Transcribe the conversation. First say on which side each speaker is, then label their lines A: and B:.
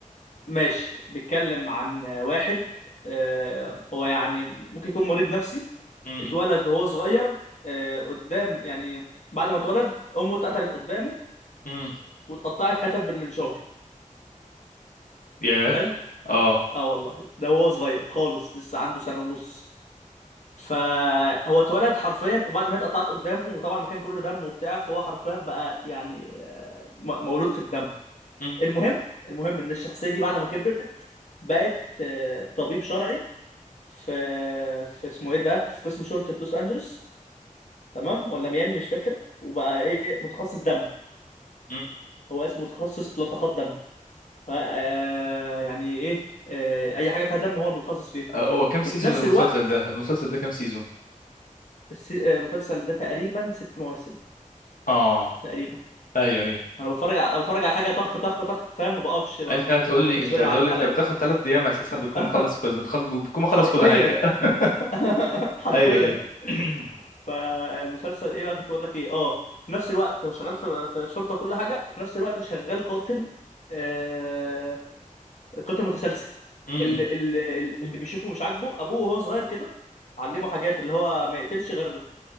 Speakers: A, on the left; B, on the left.
A: ماشي بيتكلم عن واحد آه، هو يعني ممكن يكون مريض نفسي
B: م-
A: اتولد
B: م-
A: وهو صغير آه، قدام يعني بعد ما اتولد امه اتقتلت قدامه
B: م.
A: واتقطعت حتت بالمنشار
B: ياه
A: حلو
B: اه
A: اه والله ده وهو صغير خالص لسه عنده سنة ونص فهو اتولد حرفيا وبعد ما هي اتقطعت قدامه وطبعا المكان كله دم وبتاع فهو حرفيا بقى يعني آه، م- مولود في الدم
B: م-
A: المهم المهم ان الشخصية دي بعد ما كبرت بقت آه، طبيب شرعي في في اسمه ايه ده في قسم شرطة لوس انجلوس تمام ولا ميامي مش فاكر وبقى ايه متخصص دم
B: م.
A: هو اسمه متخصص لطخات دم آه يعني ايه آه اي حاجة فيها دم هو المتخصص فيها
B: آه، هو كام سيزون
A: وفي نفس
B: المسلسل
A: الوقت
B: ده المسلسل ده كام سيزون
A: الس- آه، المسلسل ده تقريبا ست مواسم
B: اه
A: تقريبا
B: ايوه ايوه
A: انا بتفرج على بتفرج على حاجة طخ طخ طخ فاهم ما بقفش بقى
B: انت
A: ما
B: هتقول لي
A: باخدش
B: انت
A: بالي
B: هتقول
A: من عدد الحلقات
B: لي انت بتاخد ثلاث ايام اساسا بتكون
A: <laughs>
B: مخلص كل بتخلص بتكون مخلص
A: حرفيا
B: كل حاجه <laughs>
A: <laughs> حرفيا
B: ايوه ايوه <clears throat> م-
A: فالمسلسل ايه بقى كنت بقول لك ايه اه في نفس الوقت هو شغال في في الشرطه وكل حاجه وفي نفس الوقت شغال قاتل آه قاتل متسلسل
B: م.
A: اللي اللي اللي بيشوفه مش عاجبه ابوه وهو صغير كده علمه حاجات اللي هو ما يقتلش غير